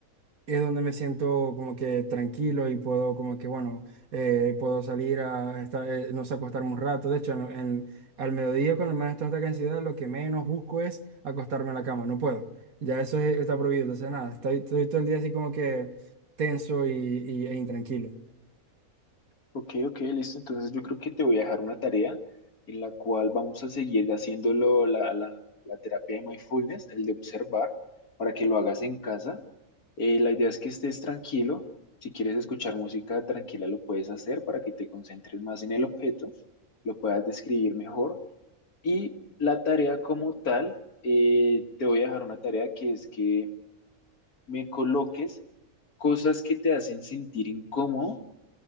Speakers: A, on the right; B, on the left.
A: es donde me siento como que tranquilo y puedo como que bueno, eh, puedo salir a estar, eh, no sé, acostarme un rato. De hecho, en- en- al mediodía cuando más estoy hasta acá en ciudad, lo que menos busco es acostarme en la cama, no puedo. Ya eso es- está prohibido, entonces nada, estoy, estoy todo el día así como que tenso y, y- e intranquilo.
B: Ok, ok, listo. Entonces yo creo que te voy a dejar una tarea en la cual vamos a seguir haciéndolo la, la- la terapia de mindfulness, el de observar, para que lo hagas en casa. Eh, la idea es que estés tranquilo. Si quieres escuchar música tranquila, lo puedes hacer para que te concentres más en el objeto, lo puedas describir mejor. Y la tarea como tal, eh, te voy a dejar una tarea que es que me coloques cosas que te hacen sentir incómodo